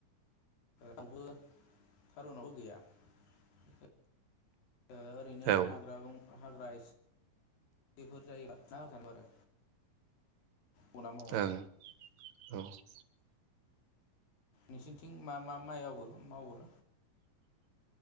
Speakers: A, on the left; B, on the right.
A: रावबो थारुनावबो गैया। ओ ओरैनो
B: औ
A: हाग्रा बं हाग्रा इसि <unintelligible> बेफोर जायोबा जा होनांगौ आरो। गना मावा
B: ओं औ। <unintelligible>
A: नोसोरनिथिं मा मा माइआवबो मावो?